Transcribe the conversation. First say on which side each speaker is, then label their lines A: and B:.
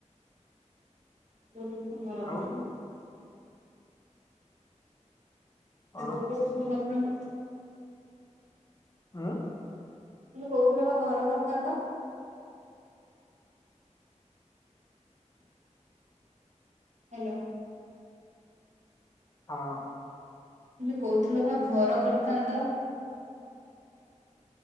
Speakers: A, on the right; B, on the left.
A: <inaudible> ଘର
B: ଆଉ
A: ପାଖେ କନେ <inaudible>
B: କଣ
A: ଦଉଛି।
B: ଆଁ,
A: ତୁମେ କହୁଥିଲ ବା ଘର କରିଥାନ୍ତ? ହ୍ୟାଲୋ।
B: ହଁ।
A: ତୁମେ କହୁଥିଲ ବା ଘର କରିଥାନ୍ତ?